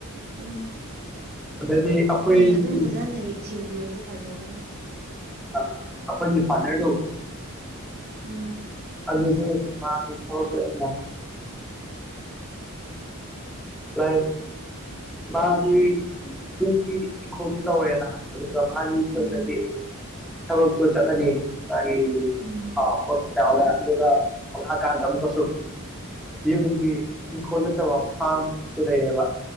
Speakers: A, on the right; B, in the centre.
A: ꯑꯗꯨꯝ
B: ꯑꯗꯩꯗꯤ ꯑꯩꯈꯣꯏꯒꯤ
A: ꯑꯩꯈꯣꯏꯅ ꯑꯗꯨꯝ ꯐꯖꯅ ꯌꯦꯡꯁꯤꯟꯕꯤꯔꯗꯤ ꯐꯖꯕꯅꯦꯕ
B: ꯑ ꯑ ꯏ ꯐꯗꯔꯗ
A: ꯎꯝ
B: ꯑꯗꯨꯖꯤꯁꯨꯣꯏ ꯃꯥ ꯈꯕꯔ ꯄ ꯑ ꯂꯥꯏꯛ ꯃꯥꯗꯤ ꯌꯟꯒꯤ ꯍꯤꯡꯈꯣꯜꯁꯨ ꯇꯧꯋꯦꯅ ꯑꯗꯨ ꯃꯥꯒꯤ ꯅꯗꯒꯤꯣ
A: ꯎꯝ
B: ꯆꯒꯅꯤ ꯃꯥ
A: ꯎꯝ
B: ꯆꯥꯎ ꯐ ꯀꯥꯟꯗꯕꯁꯨ ꯌꯨꯝꯒꯤ ꯏꯪꯈꯣꯜ ꯅꯠꯇꯕ ꯐꯥꯝ ꯗꯑꯕ